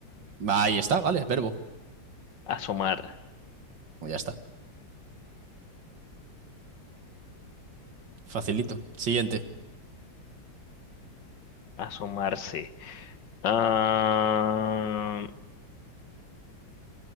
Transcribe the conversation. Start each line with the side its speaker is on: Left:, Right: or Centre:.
Right: Ahí está, vale, verbo.
Left: asomar.
Right: Ya está. Facilito. Siguiente.
Left: Asomarse. Ah,